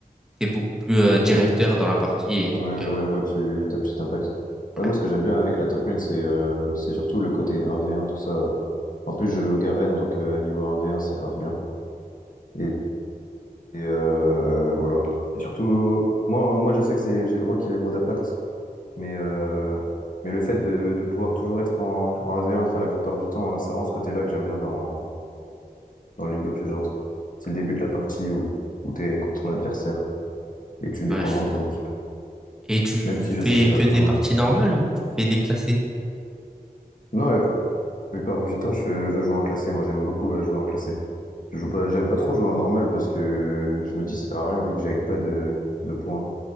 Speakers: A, in the centre; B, on the left.
A: T'es beaucoup plus euh,
B: ok.
A: directeur dans la partie. Et, donc,
B: Ouais,
A: euh,
B: ouais, je vois, tu tapes juste impact. Ouais,
A: ouais,
B: moi, ce que j'aime bien avec la top lane, c'est euh, c'est surtout le côté 1v1, tout ça. En plus, je joue Garen, donc euh, niveau 1v1, c'est grave bien. Et, et, euh, voilà. Et surtout, moi, moi, je sais que c'est, j'ai le rôle qui est le mode impact, mais, euh, mais le fait de, de pouvoir toujours être en, en 1v1, enfin, la plupart du temps, hein, c'est vraiment ce côté-là que j'aime bien dans, dans League of Legends. C'est le début de la partie où, où t'es contre ton adversaire et tu dépends
A: ouais, je
B: moins
A: suis
B: de ton
A: d'accord.
B: équipe.
A: Et tu
B: Même si
A: fais
B: je sais qu'à la
A: que des
B: fin.
A: parties
B: euh,
A: normales ou tu fais des classés?
B: Non, la La plupart du temps, je, je joue en classé. Moi, j'aime beaucoup euh, jouer en classé. Je joue pas, j'aime pas trop jouer en normal parce que je me dis ça sert à rien vu que je gagne pas de, de points,